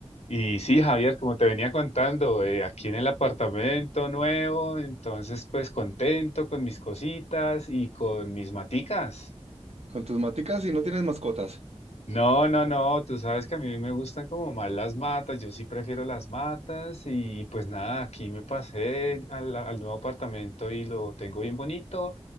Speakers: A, on the left (about 80°); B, on the right (about 70°).
A: Y sí, Javier, como te venía contando, eh, aquí en el apartamento nuevo, entonces pues contento con mis cositas y con mis maticas.
B: Con tus maticas, si no tienes mascotas
A: No, no, no, tú sabes que a mí me gustan como más las matas, yo sí prefiero las matas y pues nada, aquí me pasé al, al nuevo apartamento y lo tengo bien bonito